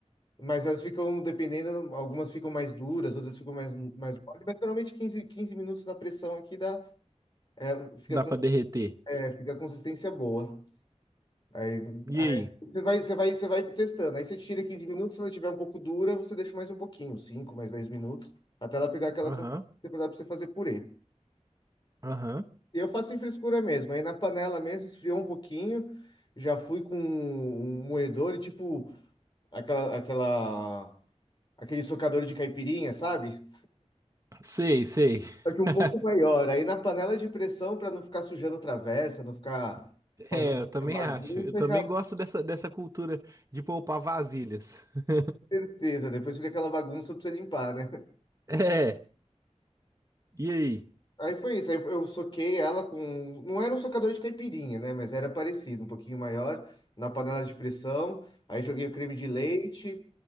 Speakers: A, on the left; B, on the right.
A: Mas elas ficam, dependendo, algumas ficam mais duras, outras ficam mais, mais mole, mas geralmente quinze quinze minutos na pressão aqui dá, é, fica
B: dá
A: com,
B: pra derreter.
A: é, fica a consistência boa. Aí,
B: E
A: aí
B: aí?
A: você vai, você vai, você vai testando. Aí você tira 15 minutos, se ela tiver um pouco dura, você deixa mais um pouquinho, 5 mais 10 minutos, até ela pegar aquela
B: Aham,
A: consistência para você fazer purê.
B: aham.
A: E eu faço em frescura mesmo. Aí na panela mesmo, esfriou um pouquinho, já fui com um moedor e tipo aquela, aquela, aquele socador de caipirinha, sabe?
B: Sei, sei.
A: Só que um
B: <laughs>
A: pouco maior. Aí na panela de pressão, para não ficar sujando travessa, não ficar fazendo
B: É, eu
A: muita
B: também
A: bagunça,
B: acho. Eu também
A: já
B: gosto dessa, dessa cultura de poupar vasilhas. <laughs>
A: certeza. Depois fica aquela bagunça para você limpar, né?
B: É, e aí?
A: Aí foi isso, aí eu eu soquei ela com. Não era um socador de caipirinha, né? Mas era parecido, um pouquinho maior, na panela de pressão. Aí joguei o creme de leite,